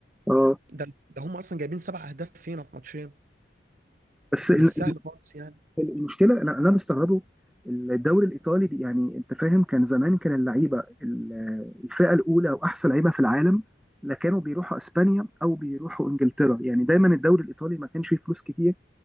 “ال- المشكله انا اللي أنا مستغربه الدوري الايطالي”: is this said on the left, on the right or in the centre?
Centre